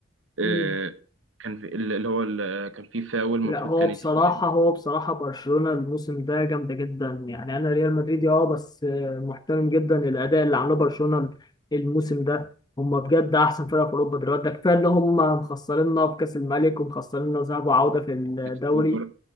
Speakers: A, on the right; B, on the left.
A: آه،
B: مم.
A: كان في اللي هو ال- كان في فاول المفروض
B: لا هو
A: كان
B: بصراحة
A: يتحسب
B: هو بصراحة برشلونة الموسم ده جامدة جدا يعني أنا ريال مدريدي أه بس آه، محترم جدا الأداء اللي عمله برشلونة الموسم ده هما بجد أحسن فرقة في أوروبا دلوقتي ده كفاية إن هما مخسريننا في كأس الملك ومخسريننا ذهاب وعودة في الدوري
A: سوبر